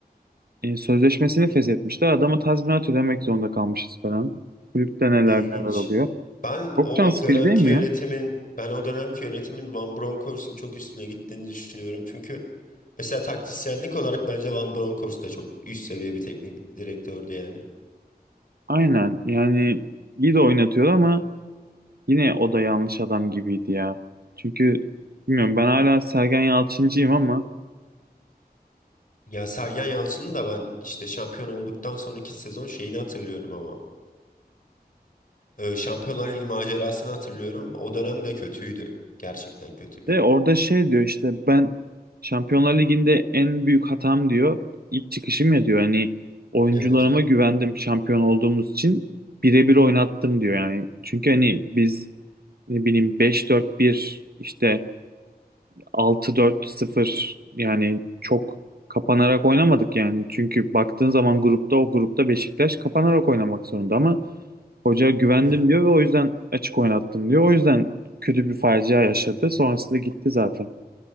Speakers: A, on the right (about 65°); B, on the left (about 55°).
A: e, sözleşmesini feshetmişler. Adama tazminat ödemek zorunda kalmışız falan. Kulüpte neler
B: İlginç.
A: neler oluyor.
B: Ben
A: Çok
B: o
A: can sıkıcı
B: dönemki
A: değil mi
B: yönetimin
A: ya?
B: ben o dönemki yönetimin Van Bronckhorst'un çok üstüne gittiğini düşünüyorum. Çünkü mesela taktisyenlik olarak bence Van Bronckhorst da çok üst seviye bir teknik direktördü yani.
A: Aynen yani iyi de oynatıyor ama yine o da yanlış adam gibiydi ya. Çünkü bilmiyorum ben hala Sergen Yalçıncıyım ama
B: Ya Sergen Yalçın'ın da ben işte şampiyon olduktan sonraki sezon şeyini hatırlıyorum ama. Ee, Şampiyonlar Ligi macerasını hatırlıyorum. O dönem de kötüydü. Gerçekten kötüydü.
A: De orada şey diyor işte ben Şampiyonlar Ligi'nde en büyük hatam diyor. ilk çıkışım ya diyor. Hani oyuncularıma
B: Evet.
A: güvendim şampiyon olduğumuz için birebir oynattım diyor yani. Çünkü hani biz ne bileyim beş dört bir işte altı dört sıfır yani çok kapanarak oynamadık yani. Çünkü baktığın zaman grupta o grupta Beşiktaş kapanarak oynamak zorunda ama hoca güvendim
B: Evet.
A: diyor ve o yüzden açık oynattım diyor. O yüzden kötü bir facia yaşadı. Sonrasında gitti zaten.